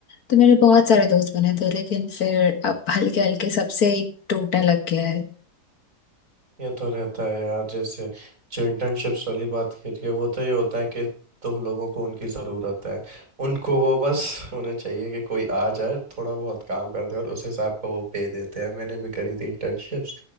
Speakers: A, on the left; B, on the right.
A: तो मेरे बहुत सारे दोस्त बने थे लेकिन फिर अब हल्के हल्के सबसे ही टूटने लग गया है
B: ये तो रहता है यार जैसे जो इंटर्नशिप्स वाली बात की रही है वो तो ये होता है कि तुम लोगों को उनकी ज़रूरत है उनको वो बस उन्हें चाहिए कि कोई आ जाए थोड़ा बहुत काम कर दे और उस हिसाब का वो पे देते हैं मैंने भी करी थी इंटर्नशिप्स